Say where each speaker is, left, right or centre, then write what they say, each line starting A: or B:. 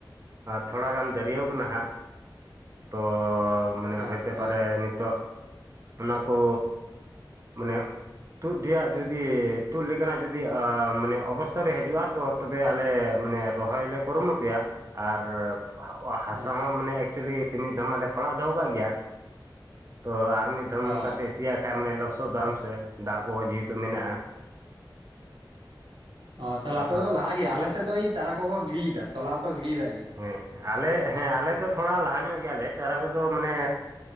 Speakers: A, on the right; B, on the right.
A: ᱛᱷᱚᱲᱟ ᱜᱟᱱ ᱫᱟᱹᱨᱭᱟᱹᱣ ᱠᱟᱱᱟ ᱦᱟᱸᱜ᱾ ᱛᱚ ᱢᱟᱱᱮ
B: ᱟᱪᱪᱷᱟ
A: ᱦᱚᱭᱛᱮ ᱯᱟᱨᱮ ᱱᱤᱛᱚᱜ ᱚᱱᱟ ᱠᱚ᱾ ᱢᱟᱱᱮ, ᱛᱩᱫ ᱨᱮᱭᱟᱜ ᱡᱩᱫᱤ ᱛᱩᱫ ᱞᱮᱠᱟᱱᱟᱜ ᱡᱩᱫᱤ ᱢᱟᱱᱮ ᱚᱵᱚᱥᱛᱟ ᱨᱮ ᱦᱤᱡᱩᱜᱼᱟ ᱛᱚ ᱛᱚᱵᱮ ᱟᱞᱮ ᱢᱟᱱᱮ, ᱨᱚᱦᱚᱭ ᱞᱮ ᱠᱩᱨᱩᱢᱩᱴᱩᱭᱟ ᱟᱨ ᱦᱟᱥᱟ
B: ᱟᱪᱪᱷᱟ
A: ᱦᱚᱸ ᱢᱟᱱᱮ ᱮᱠᱪᱩᱭᱮᱞᱤ ᱢᱤᱫ ᱫᱷᱚᱢ ᱢᱟᱞᱮ ᱯᱟᱲᱟᱜ ᱫᱚᱦᱚ ᱠᱟᱜ ᱜᱮᱭᱟ᱾ ᱛᱚ ᱟᱨ ᱢᱤᱫ ᱫᱷᱚᱢ
B: ᱚ
A: ᱠᱟᱛᱮ ᱥᱤᱭᱟᱜ ᱠᱷᱟᱭ ᱢᱟᱱᱮ ᱞᱚᱥᱚᱫᱟᱢ ᱥᱮ ᱫᱟᱜ ᱠᱚᱦᱚᱸ ᱡᱮᱦᱮᱛᱩ ᱢᱮᱱᱟᱜᱼᱟ᱾
B: ᱚ ᱛᱟᱦᱚᱞᱮ
A: ᱟᱫᱚ
B: ᱟᱯᱮ ᱫᱚᱯᱮ ᱞᱟᱦᱟ ᱟᱞᱮᱥᱮᱫ ᱫᱚ ᱮᱭ ᱪᱟᱨᱟ ᱠᱚᱠᱚ ᱜᱤᱰᱤᱭᱫᱟ ᱛᱚᱞᱟ ᱠᱚᱠᱚ ᱜᱤᱰᱤᱭᱫᱟ ᱮᱭ᱾
A: ᱦᱩᱸ ᱟᱞᱮ ᱦᱮᱸ ᱟᱞᱮ ᱫᱚ ᱛᱷᱚᱲᱟ ᱞᱟᱦᱟ ᱧᱚᱜ ᱜᱮᱭᱟᱞᱮ ᱪᱟᱨᱟ ᱠᱚᱫᱚ ᱢᱟᱱᱮ,